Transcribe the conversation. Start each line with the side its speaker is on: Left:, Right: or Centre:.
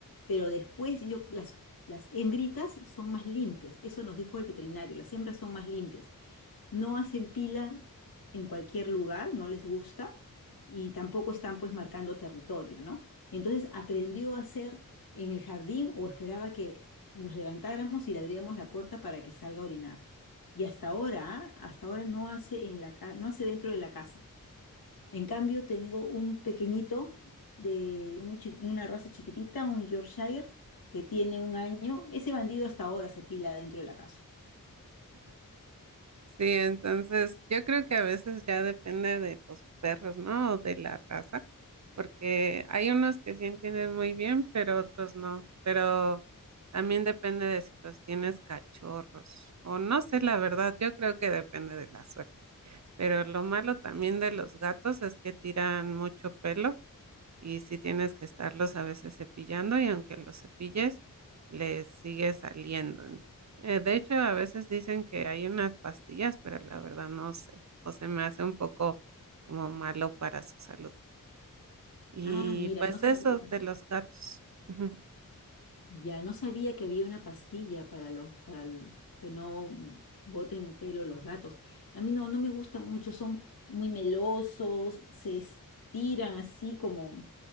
Left: pero después yo, las, las hembritas son más limpias, eso nos dijo el veterinario, las hembras son más limpias, no hacen pila en cualquier lugar, no les gusta y tampoco están pues marcando territorio, ¿no? Entonces aprendió a hacer en el jardín o esperaba que nos levantáramos y le abríamos la puerta para que salga a orinar. Y hasta ahora, ¿ah? hasta ahora no hace en la ca- no hace dentro de la casa. En cambio, tengo un pequeñito de un chi- una raza chiquitita, un Yorkshire, que tiene un año. Ese bandido hasta ahora se pila dentro de la casa.
Right: Sí, entonces yo creo que a veces ya depende de los perros, ¿no? O de la raza, porque hay unos que sí entienden muy bien, pero otros no. Pero también depende de si los tienes cachorros o no sé, la verdad, yo creo que depende de la suerte. Pero lo malo también de los gatos es que tiran mucho pelo y sí tienes que estarlos a veces cepillando y aunque los cepilles, les sigue saliendo. En- eh, de hecho, a veces dicen que hay unas pastillas, pero la verdad no sé, o se me hace un poco como malo para su salud. Y
Left: Ah, mira,
Right: pues
Left: no sabía.
Right: eso de los gatos. Ujú.
Left: Ya no sabía que había una pastilla para los, para el- que no boten pelo los gatos. A mí no, no me gustan mucho, son muy melosos, se estiran así como,